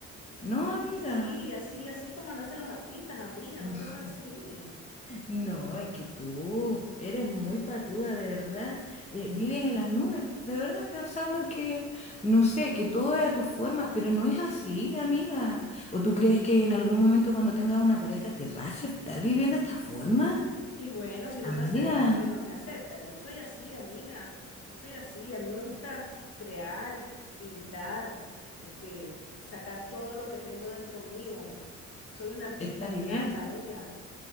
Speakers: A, on the left (about 20°); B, on the left (about 50°).
A: No,
B: y
A: amiga.
B: sí, así, así como nacen los artistas, amiga,
A: <laughs>
B: no seas así.
A: No, es que tú eres muy patuda, de verdad. Eh, vives en las nubes, de verdad, pensando que, no sé, que todo es a tu forma, pero no es así, amiga. ¿O tú crees que en algún momento cuando tengas una pareja te va a aceptar vivir de esta forma?
B: Y bueno, si no
A: Amiga,
B: me acepta, pues no me acepta. Yo soy así, amiga. Yo soy así. A mí me gusta crear, pintar, este, sacar todo lo que tengo dentro mío. Soy una artista
A: está
B: innata,
A: bien.
B: amiga.